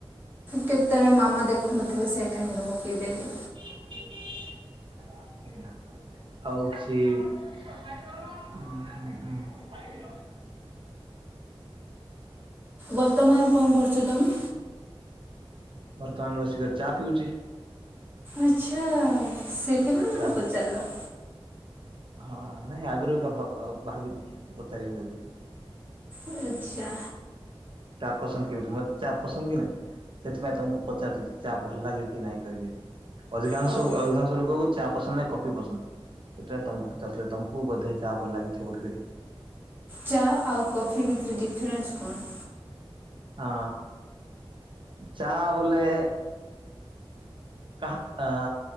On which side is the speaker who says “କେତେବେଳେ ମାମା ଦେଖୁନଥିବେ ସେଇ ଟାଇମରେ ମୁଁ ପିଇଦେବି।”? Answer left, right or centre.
Right